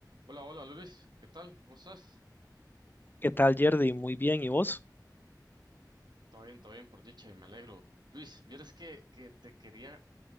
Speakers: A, on the right (about 80°); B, on the left (about 25°).
A: Hola, hola Luis, ¿qué tal? ¿Cómo estás?
B: ¿Qué tal, Yerdy? Muy bien, ¿y vos?
A: Todo bien, todo bien, por dicha, y me alegro. Luis, vieras que, que te quería